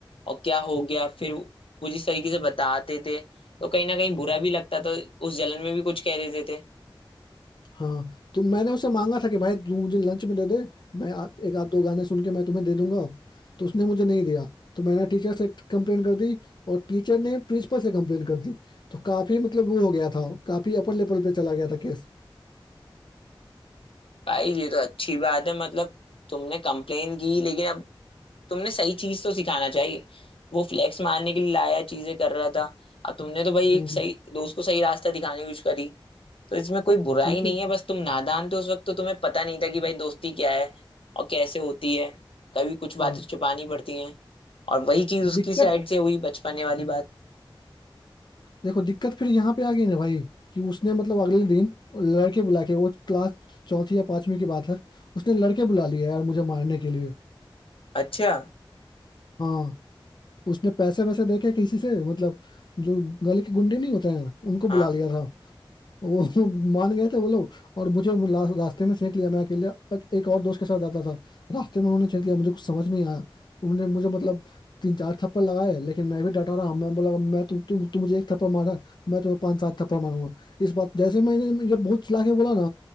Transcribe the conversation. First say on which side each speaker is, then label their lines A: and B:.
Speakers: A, on the left; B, on the left.
A: और क्या हो गया फिर वो जिस तरीके से बताते थे तो कहीं ना कहीं बुरा भी लगता था उस जलन में भी कुछ कह देते थे
B: हाँ तो मैंने उसे मांगा था कि भाई तू मुझे लंच में दे दे मैं आ- एक आध दो गाने सुन के मैं तुम्हें दे दूंगा तो उसने मुझे नहीं दिया तो मैंने टीचर से कंप्लेन कर दी और टीचर ने प्रिंसिपल से कंप्लेन कर दी तो काफी मतलब वो हो गया था काफी अपर लेवल पे चला गया था केस
A: भाई ये तो अच्छी बात है मतलब तुमने कंप्लेन की लेकिन अब तुमने सही चीज तो सिखाना चाहिए वो फ्लैक्स मारने के लिए लाया चीजें कर रहा था अब तुमने तो भाई
B: हम्म
A: एक सही दोस्त को सही रास्ता दिखाने की कोशिश करी तो इसमें कोई बुराई
B: लेकिन
A: नहीं है बस तुम नादान थे उस वक्त तो तुम्हें पता नहीं था कि भाई दोस्ती क्या है और कैसे होती है कभी कुछ बातें
B: हाँ
A: छुपानी पड़ती हैं और वही चीज उसकी
B: दिक्कत
A: साइड से हुई बचपने वाली बात
B: देखो दिक्कत फिर यहाँ पे आ गई ना भाई कि उसने मतलब अगले दिन लड़के बुला के वो क्लास चौथी या पांचवी की बात है उसने लड़के बुला लिया यार मुझे मारने के लिए
A: अच्छा
B: हाँ उसने पैसे वैसे देके किसी से मतलब जो गली के गुंडे नहीं होते हैं उनको बुला
A: हाँ
B: लिया था वो <laughs> मान गए थे वो लोग और मुझे ला- रास्ते में छेक लिया मैं अकेले एक एक और दोस्त के साथ जाता था रास्ते में उन्होंने छेक लिया मुझे कुछ समझ नहीं आया उन्होंने मुझे मतलब तीन चार थप्पड़ लगाए लेकिन मैं भी डटा रहा मैं बोला मैं तू तू तू मुझे एक थप्पड़ मारा है, मैं तुम्हें पांच सात थप्पड़ मारूंगा इस बात जैसे मैंने ये बहुत चिल्ला के बोला ना